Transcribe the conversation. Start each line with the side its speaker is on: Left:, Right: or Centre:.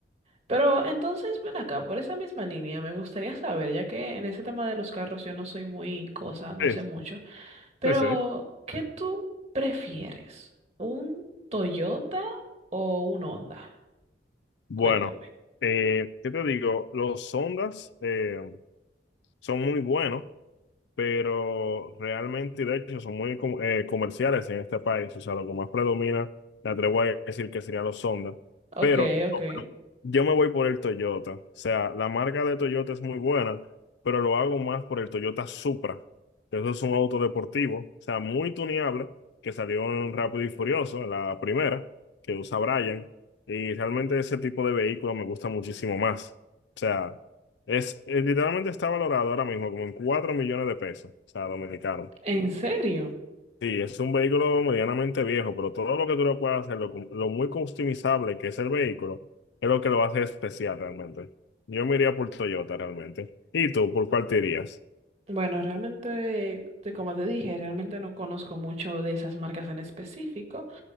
Right: pero entonces ven acá, por esa misma línea, me gustaría saber, ya que en ese tema de los carros yo no soy muy cosa, no
Left: Sí,
Right: sé mucho, pero
Left: sí, sí.
Right: ¿qué tú prefieres? ¿Un Toyota o un Honda?
Left: Bueno,
Right: Cuéntame.
Left: eh, ¿qué te digo? Los Sondas eh, son muy buenos, pero realmente, de hecho, son muy com- eh, comerciales en este país. O sea, lo que más predomina, me atrevo a decir que serían los Sondas.
Right: Ok,
Left: Pero
Right: ok.
Left: yo me voy por el Toyota. O sea, la marca de Toyota es muy buena, pero lo hago más por el Toyota Supra. Eso es un auto deportivo, o sea, muy tuneable, que salió en Rápido y Furioso, la primera, que usa Brian. Y realmente ese tipo de vehículo me gusta muchísimo más. O sea, es, es- literalmente está valorado ahora mismo como en 4 millones de pesos, o sea, dominicano.
Right: ¿En serio?
Left: Sí, es un vehículo medianamente viejo, pero todo lo que tú le puedas hacer, lo, cum- lo muy customizable que es el vehículo, es lo que lo hace especial realmente. Yo me iría por Toyota realmente. ¿Y tú, por cuál te irías?
Right: Bueno, realmente, te- como te dije, realmente no conozco mucho de esas marcas en específico,